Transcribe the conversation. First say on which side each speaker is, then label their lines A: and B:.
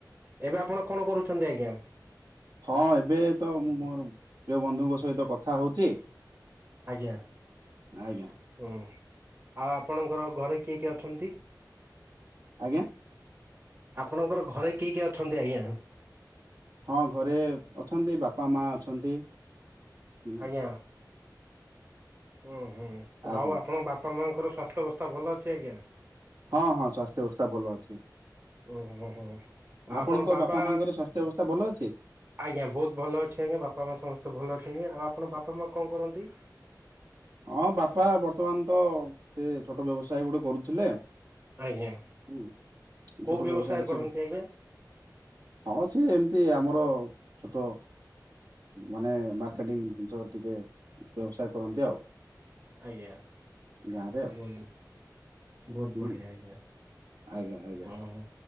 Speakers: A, on the right; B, on the right.
A: ଏବେ ଆପଣ କଣ କରୁଛନ୍ତି ଆଜ୍ଞା?
B: ହଁ, ଏବେ ତ ମୁଁ ମୋର ପ୍ରିୟ ବନ୍ଧୁଙ୍କ ସହିତ କଥା ହଉଛି।
A: ଆଜ୍ଞା
B: ଆଜ୍ଞା
A: ହୁଁ। ଆଉ ଆପଣଙ୍କର ଘରେ କିଏ କିଏ ଅଛନ୍ତି।
B: ଆଜ୍ଞା।
A: ଆପଣଙ୍କର ଘରେ କିଏ କିଏ ଅଛନ୍ତି ଆଜ୍ଞା?
B: ହଁ, ଘରେ ଅଛନ୍ତି। ବାପା, ମା ଅଛନ୍ତି। ହୁଁ
A: ଆଜ୍ଞା। ହୁଁ, ହୁଁ,
B: ଆଜ୍ଞା
A: ଆଉ ଆପଣଙ୍କ ବାପା ମାଙ୍କର ସ୍ୱାସ୍ଥ୍ୟ ଅବସ୍ଥା ଭଲ ଅଛି ଆଜ୍ଞା?
B: ହଁ ହଁ ସ୍ୱାସ୍ଥ୍ୟ ବ୍ୟବସ୍ଥା ଭଲ ଅଛି
A: ଓ ହୋ ହୋ ଆଉ
B: ଆପଣଙ୍କ!
A: ଆପଣ ବାବା
B: ବାପା ମାଙ୍କର ସ୍ବାସ୍ଥ୍ୟ ଅବସ୍ଥା ଭଲ ଅଛି?
A: ଆଜ୍ଞା, ବହୁତ ଭଲ ଅଛି ଆୟାଁ। ବାପା ମା ସମସ୍ତେ ଭଲ ଅଛନ୍ତି। ଆଉ ଆପଣ ବାପା ମା କଣ କରନ୍ତି?
B: ହଁ, ବାପା ବର୍ତ୍ତମାନ ତ ସେ ଛୋଟ ବ୍ୟବସାୟ ଗୁଟେ କରୁଥୁଲେ।
A: ଆଜ୍ଞା
B: ହୁଁ,
A: କୋଉ
B: ଛୋଟ
A: ବ୍ୟବସାୟ
B: ବ୍ୟବସାୟଠି
A: କରନ୍ତି
B: ସବୁ
A: ଆଜ୍ଞା
B: ହଁ, ସିଏ ଏମତି ଆମର ଛୋଟ ମାନେ ମାର୍କେଟିଂ ଜିନିଷ ଟିକେ ବ୍ୟବସାୟ କରନ୍ତି ଆଉ।
A: ଆଜ୍ଞା,
B: ଗାଁରେ
A: ବହୁତ
B: ଆଉ।
A: ବହୁତ
B: ହୁଁ
A: ବଢିଆ ଆଜ୍ଞା।
B: ଆଜ୍ଞା ଆଜ୍ଞା।
A: ଓହୋ